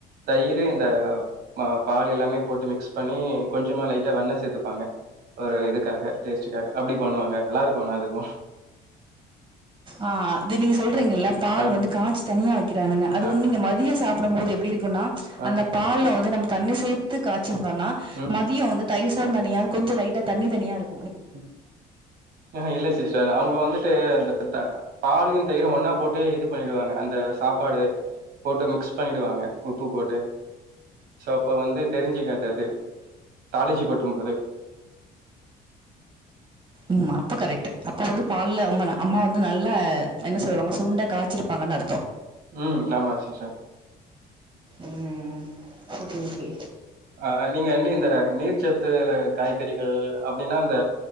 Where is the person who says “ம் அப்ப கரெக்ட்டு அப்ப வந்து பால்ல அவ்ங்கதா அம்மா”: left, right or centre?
Right